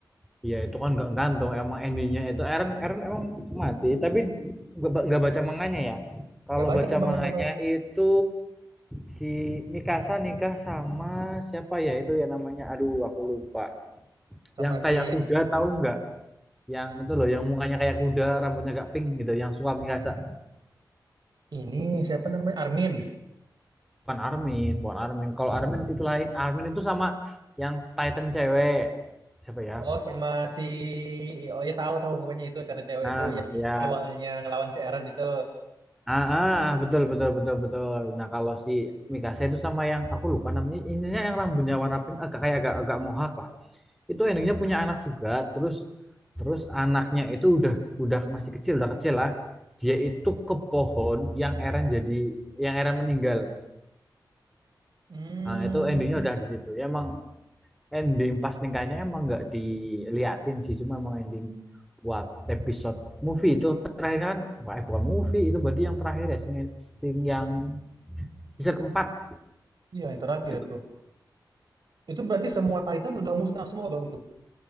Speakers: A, in the centre; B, on the right.
A: Iya itu kan nggak gantung emang endingnya itu Eren Eren emang mati tapi nggak ba- nggak baca manganya ya. Kalau
B: Nggak baca
A: baca
B: aku manganya
A: manganya
B: bang.
A: itu si Mikasa nikah sama siapa ya itu ya namanya aduh aku lupa.
B: Sama
A: Yang
B: si
A: kayak kuda tahu nggak? Yang itu loh yang mukanya kayak kuda rambutnya agak pink gitu yang suka Mikasa.
B: ini siapa namanya? Armin.
A: Bukan Armin, bukan Armin. Kalau Armin itu lain. Armin itu sama yang Titan cewek. Siapa ya?
B: Oh sama si, oh ya tahu tahu pokoknya itu karena cewek
A: Nah,
B: itu yang
A: ya
B: awalnya ngelawan si Aaron itu.
A: Ah, ah, betul betul betul betul. Nah, kalau si Mikasa itu sama yang aku lupa namanya, ininya yang rambutnya warna pink agak kayak agak agak mohak lah. Itu endingnya punya anak juga, terus terus anaknya itu udah udah masih kecil, udah kecil lah. Dia itu ke pohon yang Eren jadi yang Eren meninggal.
B: Hmm,
A: Nah, itu endingnya udah di situ. Ya, emang ending pas nikahnya emang nggak diliatin sih, cuma emang ending buat episode movie itu terakhir kan, wah eh, bukan movie itu berarti yang terakhir ya sing, sing yang season 4
B: iya yang terakhir
A: itu.
B: itu. Itu berarti semua Titan udah musnah semua bang itu.